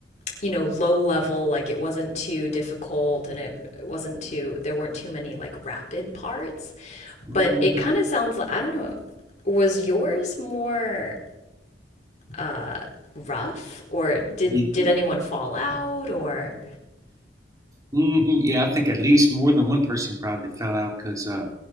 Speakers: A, on the left; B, on the right.
A: you know low level like it wasn't too difficult and it, wasn't too there weren't too many like rapid parts
B: yeah.
A: but it kind of sounds like i don't know was yours more uh rough or did
B: hmm
A: did anyone fall out or
B: hmm Yeah, I think at least more than one person probably fell out because uh,